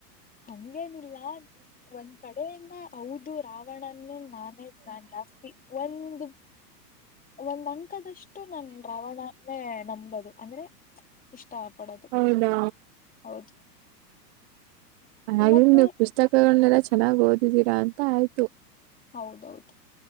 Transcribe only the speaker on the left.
ಹಂಗೇನಿಲ್ಲ ಒಂದ್ ಕಡೆಯಿಂದ ಹೌದು ರಾವಣನೇ ನಾನೇ ನಾನ್ ಜಾಸ್ತಿ ಒಂದು ಒಂದ್ ಅಂಕದಷ್ಟು ನನ್ ರಾವಣನ್ನೇ ನಂಬೋದು ಅಂದ್ರೆ ಇಷ್ಟ ಪಡೋದು
ಹೌದು
ಮತ್ತೆ
ಹೌದೌದು